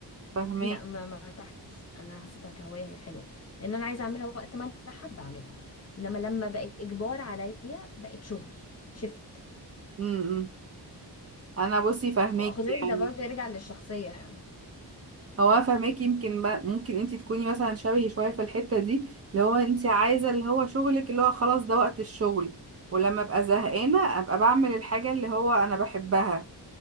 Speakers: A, on the right; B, on the left.
A: فاهماكي
B: لا ما ما ارتحتش انا حسيتها كهوايه حلوه لان انا عايزه اعملها وقت ما انا حابه اعملها انما لما بقت اجبار عليا بقت شغل شفت
A: امم انا بصي فاهماكي
B: واخد بالك
A: يعني
B: ده برضه يرجع للشخصيه يعني
A: هو أنا فاهماكي يمكن ما ممكن انت تكوني مثلا شبهي شويه في الحته دي اللي هو انت عايزه اللي هو شغلك اللي هو خلاص ده وقت الشغل ولما ابقى زهقانه ابقى بعمل الحاجه اللي هو انا بحبها